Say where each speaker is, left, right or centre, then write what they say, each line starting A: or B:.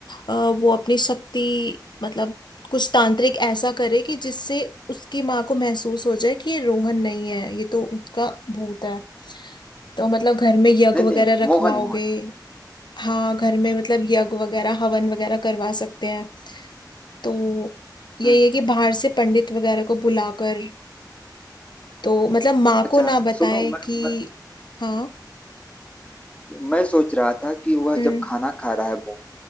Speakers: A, on the left; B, on the left.
A: अ, वो अपनी शक्ति मतलब कुछ तांत्रिक ऐसा करे कि जिससे उसकी माँ को महसूस हो जाए कि ये रोहन नहीं है ये तो उसका भूत है तो मतलब घर में यज्ञ
B: नहीं नहीं
A: वगैरह रखवाओगे
B: मोहन मोहन
A: हाँ घर में मतलब यज्ञ वगैरह हवन वगैरह करवा सकते हैं तो यही
B: हम्म हम्म।
A: है कि बाहर से पंडित वगैरह को बुलाकर तो मतलब माँ
B: अच्छा
A: को ना बताए
B: सुनो मैं
A: कि
B: मैं
A: हाँ
B: मैं सोच रहा था कि वह
A: हम्म
B: जब खाना खा रहा है मोहन